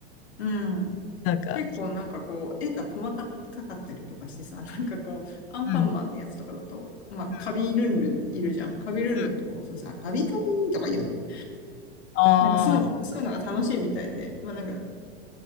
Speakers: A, on the left (about 85°); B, on the left (about 45°).
A: うん。
B: なんか、
A: 結構なんかこう、絵が細かかったりとかしてさ、なんかこう、アンパンマンのやつとかだと、
B: うん、
A: まあ、
B: うん、
A: カビルンルンいるじゃん。カビルンルンとか押すとさ、
B: うん。
A: カビカビとか言うのね。
B: ああ、
A: なんかそう、そういうのが楽しいみたいで、まあなんか、